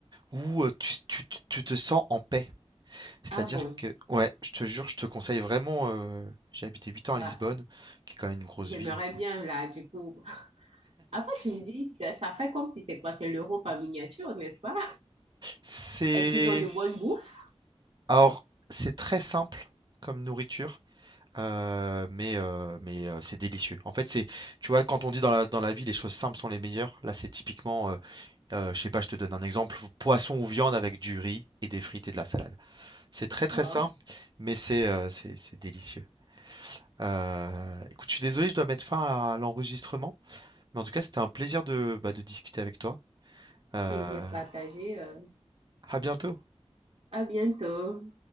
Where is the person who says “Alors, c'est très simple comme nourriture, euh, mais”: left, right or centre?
Right